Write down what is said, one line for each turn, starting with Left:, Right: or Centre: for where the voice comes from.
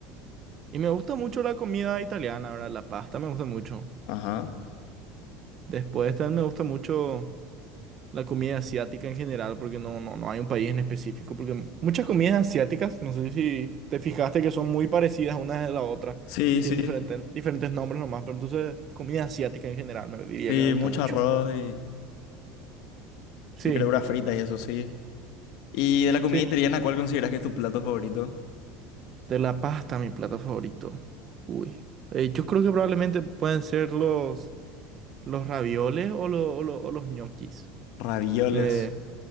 Right: Y me gusta mucho la comida italiana, ¿verdad? La pasta me gusta mucho.
Left: Ajá.
Right: Después también me gusta mucho la comida asiática en general, porque no, no, no hay un país en específico. Porque muchas comidas asiáticas, no sé si te fijaste que son muy parecidas una de la otra
Left: Sí,
Right: y tienen
Left: sí,
Right: diferentes, diferentes nombres nomás, pero entonces comida asiática en general me diría
Left: sí,
Right: que me gusta
Left: mucho
Right: mucho.
Left: arroz y,
Right: Sí,
Left: y verduras fritas y eso, sí. Y de la comida
Right: sí.
Left: italiana, ¿cuál consideras que es tu plato favorito?
Right: De la pasta, mi plato favorito. Uy. Eh, yo creo que probablemente pueden ser los... ¿Los ravioles o, lo- o lo- o los ñoquis?
Left: Ravioles.
Right: Me,